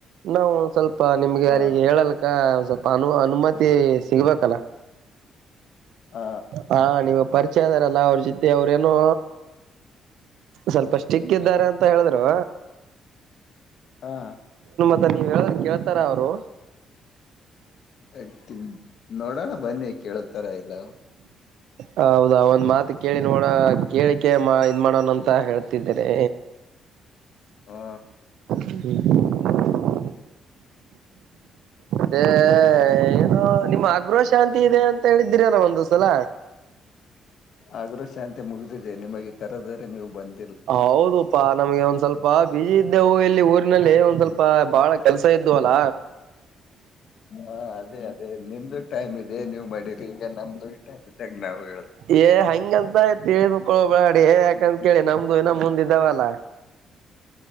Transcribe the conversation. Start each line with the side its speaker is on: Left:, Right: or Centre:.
Right: ನಾವು ಒಂದ್ ಸ್ವಲ್ಪ ಸ್ ನಿಮ್ಗೆ
Left: ಹ
Right: ಅರಿಗೆ ಹೇಳಲ್ಕ್ಕ ಸ್ವಲ್ಪ ಅನು ಅನುಮತಿ ಸಿಗ್ಬೇಕಲ್ಲ
Left: ಹ
Right: ಹಾ ನೀವ ಪರಿಚಯದಾರಲ್ಲ ಅವ್ರ ಜೊತೆ ಅವ್ರೇನೋ ಸ್ವಲ್ಪಷ್ಟ್ಟಿಕ್ಕ್ದಾರೆ ಅಂತ ಹೇಳಿದ್ರು
Left: ಹಾ
Right: ಮ ನೀವ್ ಹೇಳ್ರ ಕೇಳ್ತಾರ ಅವರು
Left: ಅ ನೋಡೋಣ ಬನ್ನಿ ಕೇಳೋತರ ಇಲ್ಲ
Right: ಹೌದಾ ಒಂದ್ ಮಾತು ಕೇಳಿ ನೋಡ ಕೇಳಿಕೆ ಮಾ ಇನ್ ಮಾಡೋಣ ಅಂತ ಹೇಳ್ತಿದ್ದೇನೆ
Left: ಹಾ
Right: ಹ್ಮ ದೆ ಏನ ನಿಮ್ಮ ಅಗ್ರ ಶಾಂತಿ ಇದೆ ಅಂತ ಹೇಳಿದ್ದೀರಲ್ಲ ಒಂದುಸಲ
Left: ಆಗ್ರ ಶಾಂತಿ ಮುಗಿದಿದೆ ನಿಮಗೆ ಕರೆದರೆ ನೀವು ಬನ್ನಿ
Right: ಹೌದುಪ್ಪಾ ನಮ್ಗೆ ಒಂದ್ ಸ್ವಲ್ಪ ಬಿಜಿ ಇದ್ದೆವು ಇಲ್ಲಿ ಊರಿನಲ್ಲಿ ಒಂದ್ ಸ್ವಲ್ಪ ಬಾಳ ಕೆಲ್ಸ ಇದ್ದು ಅಲ್ಲ
Left: ಹಾ ಅದೇ ಅದೇ ನಿಮ್ದು ಟೈಮ್ ಇದೆ ನೀವು್ ಮಾಡಿರಿ ಈಗ ನಮ ಹಂಗ
Right: ಏ ಹಂಗಂತ ಆಯ್ತ ತಿಳಿದುಕೊಳ್ಳೋಬಾಡಿ ಯಾಕಂತ ಕೇಳಿ ನಮ್ದು ಇನ್ನ ಮುಂದಿದ್ದಾವಲ್ಲ